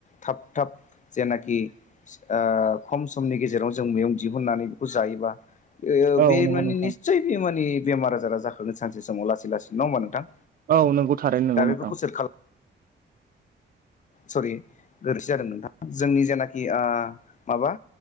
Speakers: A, on the left; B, on the right.
A: थाब थाब जेनाखि ओह खम समनि गेजेराव जों मैगं दिहुननानै बेखौ जायोबा
B: औ
A: बे
B: नंगौ
A: माने
B: नोंथां
A: निस्सय बे मानानि बेमार आजारा जाखागोन सानसे समाव लासै लासै नङा होमबा नोंथां
B: औ नंगौ थारै नोंगौ
A: दा
B: नोंथां
A: बेफोरखौ सोर खालाम सरि गोरोन्थि जादों नोंथाङा जोंनि जेनाखि ओह माबा